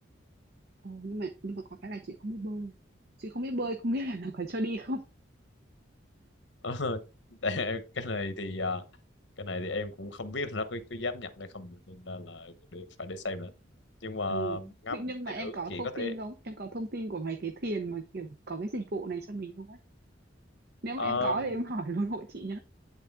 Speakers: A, on the right (about 55°); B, on the left (about 65°).
A: Ồ, nhưng mà nhưng mà có cái là chị không biết bơi chị không biết bơi không biết là nó có cho đi không
B: Ờ, <laughs> tại em- cái này thì à, cái này thì em cũng không biết là nó có, có dám nhận hay không nên là, là để, phải để xem nữa nhưng mà
A: ừ.
B: ngắm
A: nhưng nhưng mà
B: thì
A: em
B: được
A: có
B: chỉ
A: thông
B: có
A: tin
B: thế
A: không em có thông tin của mấy cái thuyền mà kiểu có cái dịch vụ này cho mình không ấy nếu mà
B: um,
A: em có thì em hỏi luôn hộ chị